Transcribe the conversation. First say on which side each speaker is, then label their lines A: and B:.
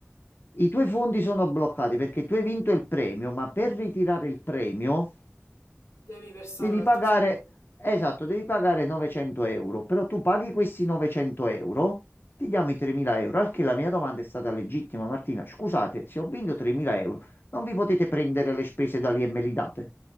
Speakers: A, on the left; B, on the left.
A: I tuoi fondi sono bloccati perché tu hai vinto il premio, ma per ritirare il premio
B: Devi versare
A: devi
B: altri
A: pagare,
B: soldi.
A: esatto, devi pagare 900 euro, però tu paghi questi 900 euro, ti diamo i 3000 euro, al che la mia domanda è stata legittima, Martina, scusate, se ho vinto 3000 euro, non vi potete prendere le spese da lì e me li date?